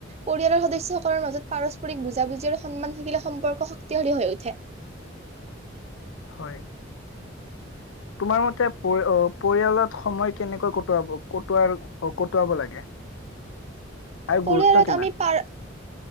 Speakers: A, on the right (about 35°); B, on the left (about 80°).
A: পৰিয়ালৰ সদস্যসকলৰ মাজত পাৰস্পৰিক বুজাবুজি আৰু সন্মান থাকিলে সম্পৰ্ক শক্তিশালী হৈ উঠে।
B: হয়। তোমাৰ মতে পৰি অ পৰিয়ালত সময় কেনেকৈ কটোৱাব কটোৱাৰ অ কটুৱাব লাগে? আৰু
A: পৰিয়ালত
B: গুৰুত্ব কিমান?
A: আমি পাৰ